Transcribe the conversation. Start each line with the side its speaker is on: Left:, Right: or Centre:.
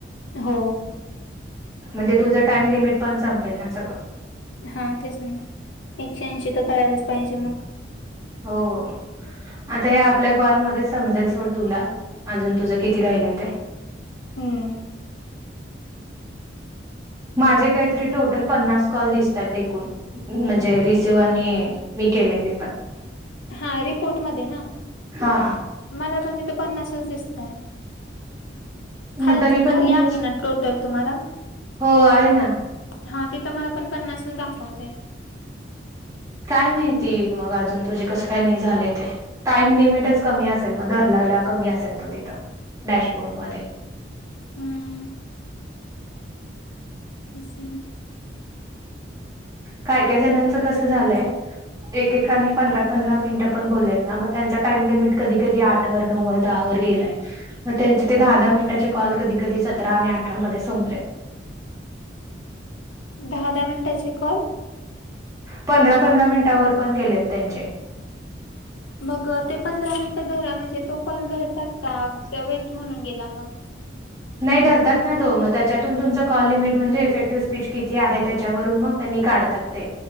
Left: हो.
Right: म्हणजे तुझ टाइम लिमिट पण संपेल ना सगळं
Left: हा, तेच ना, एकशे ऐंशी तर करायलाच पाहिजे मग.
Right: हो, आता हे आपल्या कॉलमध्ये समजेल सोड तुला अजून तुझं किती राहिलंय ते
Left: हम्म.
Right: माझे काहीतरी टोटल पन्नास कॉल दिसतात एकूण म्हणजे रिसिव आणि मी केलेले पण
Left: हा रिपोर्ट मध्ये ना
Right: हा
Left: मला पण तिथे पन्नासच दिसतय. खाली
Right: मग तरी पण
Left: खाली
Right: कस
Left: आहे ना टोटल तुम्हाला
Right: हो आहे ना
Left: हा तिथं मला पण पन्नासच दाखवतय.
Right: काय माहिती मग अजून तुझे कसं काय नाही झाले ते, टाईम लिमिटच कमी असेल मग धरल्याला कमी असेल तो तिथं डॅशबोर्डमध्ये
Left: हम्म. अससेे <unintelligible>
Right: काय काय जणांचं कसं झालंय? एकेकांनी पंधरा पंधरा मिनिटं पण बोललेत ना मग त्यांचा टाईम लिमिट कधी कधी आठ आठ वर नऊ वर दहा वर गेलाय मग त्यांचे ते दहा दहा मिनिटाचे कॉल कधी कधी सतरा आणि अठरामध्ये संपले.
Left: दहा दहा मनिटाचे कॉल
Right: पंधरा पंधरा मिनिटावर पण गेलेत त्यांचे
Left: मग ते पंधरा मिनिटं धर म्हणजे तो कॉल धरतात का वेस्ट म्हणून गेला मग
Right: नाही धरात ना तो मग त्याच्यातून तुमच कॉल लिमिट म्हणजे इफेक्टिव्ह स्पीच किती आहे त्याच्यावरून मग त्यांनी काढतात.